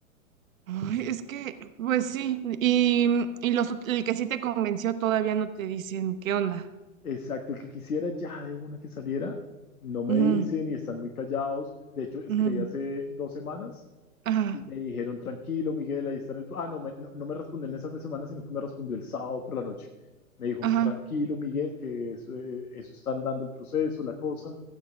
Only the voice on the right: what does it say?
Ay, es que, pues sí. Y, y los, ot- el que sí te convenció todavía no te dicen qué onda.
Ujú,
ujú,
Ajá,
ajá.